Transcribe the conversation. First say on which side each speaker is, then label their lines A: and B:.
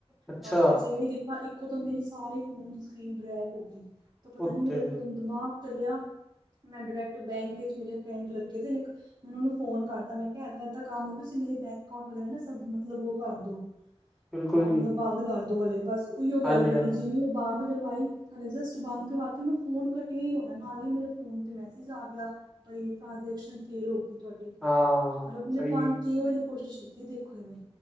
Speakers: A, in the centre; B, on the right.
A: ਅੱਛਾ
B: ਬਸ ਫਿਰ ਜਿਵੇਂ ਈ ਦੇਖਾ ਇੱਕੋ ਦਮ ਮੇਰੇ ਸਾਰੇ ਫੋਨ ਦੀ ਸਕਰੀਨ ਬਲੈਕ ਹੋਗੀ ਤੇ ਪਤਾ
A: ਉੱਤੇ
B: ਨੀ ਮੇਰਾ ਇੱਕ ਦਮ ਦਿਮਾਗ ਚੱਲਿਆ ਮੈਂ ਡਰੈਕਟ ਬੈਂਕ ਵਿੱਚ ਮੇਰੇ ਫਰੈਂਡ ਲੱਗੇ ਦੇ ਨੇ ਇੱਕ ਮੈਨੇ ਓਨੂੰ ਫੋਨ ਕਰਤਾ ਮੈਂ ਕਿਆ ਐਦਾਂ-ਐਦਾਂ ਕੰਮ ਹੋਇਆ <unintelligible> ਤੁਸੀ ਮੇਰੇ ਬੈਂਕ ਅਕਾਊਟ ਵਗੈਰਾ ਨਾ ਸਭ ਮਤਲਬ ਓ ਕਰ ਦੋ
A: <inaudible>
B: ਆ ਮਤਲਬ
A: ਜੀ
B: ਬੰਦ ਕਰ ਦੋ ਹਲੇ ਬਸ ਓਈਓ ਗੱਲ
A: ਹਾਂਜੀ
B: ਬਣੀਨੀ
A: ਹਾਂਜੀ
B: ਜਿਵੇਂ ਬੰਦ ਕਰਵਾਈ ਹਲੇ ਜਸਟ ਬੰਦ ਕਰਵਾ ਕੇ ਮੈਂ ਫੋਨ ਕੱਟਿਆ ਈ ਹੋਣਾ ਨਾਲ ਈ ਮੇਰੇ ਫੋਨ ਤੇ ਮੈਸੇਜ ਆ ਗਿਆ ਬਾਈ ਟ੍ਰਾਂਜੇਕਸ਼ਨ ਫੇਲ ਹੋਗੀ ਤੁਹਾਡੀ,
A: ਹਾਂ
B: ਮਤਲਬ ਉਹਨੇ
A: ਸਹੀ
B: ਪੰਜ
A: ਜੀ।
B: ਛੇ ਵਾਰੀ ਕੋ ਛੇਤੀ ਦੇਖੋ ਇਵੇਂ।